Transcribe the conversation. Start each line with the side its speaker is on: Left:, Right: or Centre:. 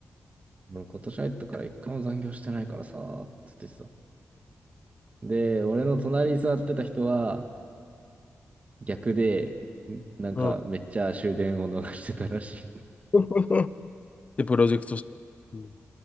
Right: 俺今年入ったから一回も残業してないからさ、つってさ。で、俺の隣に座ってた人は逆で、なんかめっちゃ終電を逃してたらしい。
Left: うん。<laughs> で、プロジェクトして。うん。